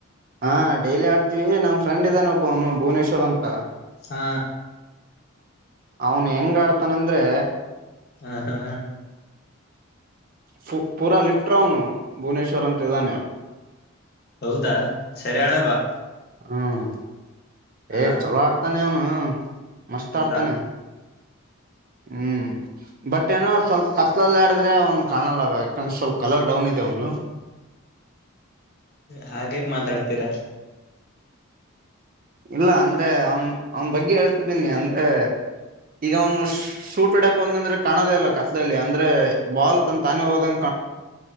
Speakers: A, on the right (about 40°); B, on the left (about 45°).
A: ಹಾ ಡೈಲಿ ಆಡ್ತೀವಿ ನಮ್ ಫ್ರೆಂಡ್ ಇದಾನೆ ಒಬ್ಬನು ಭುವನೇಶ್ವರ್ ಅಂತ
B: ಹ್ಮ
A: ಅವನ್ ಹೆಂಗ ಆಡ್ತಾನಂದ್ರೆ
B: ಹಾ ಹಾ
A: ಫು ಪೂರಾ ಲಿಫ್ಟ್ ರೌನು ಭುವನೇಶ್ವರ್ ಅಂತ ಇದ್ದಾನೆ
B: ಹೌದಾ ಸರಿ ಆಡಲ್ವಾ
A: ಹ್ಮ್
B: ಹಾ
A: ಏ್ ಚಲೋ ಆಡ್ತಾನೆ ಅವನು ಮಸ್ತ್
B: ಹೌದಾ
A: ಆಡ್ತಾನೆ ಹ್ಮ್ ಬಟ್ ಏನೋ ಸ್ವಲ್ಪ ಕತ್ಲಲ್ಲಿ ಹಾಡಿದ್ರೆ ಅವ್ನ್ ಕಾಣಲ್ಲ ಬೆಗ ಅಂದ್ರ ಸ್ವಲ್ಪ ಕಲರ್ ಡೌನ್ ಇದೆ ಅಂವುದು
B: ಹಾಗೇಕ್ ಮಾತಾಡ್ತೀರಾ
A: ಇಲ್ಲ ಅಂದ್ರೆ ಅವನ್ ಅವನ್ ಬಗ್ಗೆ ಹೇಳ್ತಿದ್ದೀನಿ ಅಂದ್ರೆ ಈಗ ಅವನು ಶೂಟ್ ಇಡಕ್ ಒಂದಂದ್ರೆ ಕಾಣದೇ ಇಲ್ಲ ಕತ್ಲ್ಲಿ ಅಂದ್ರೆ ಬಾಲ್ ತಂದ ತಾನೆ ಹೋದಂ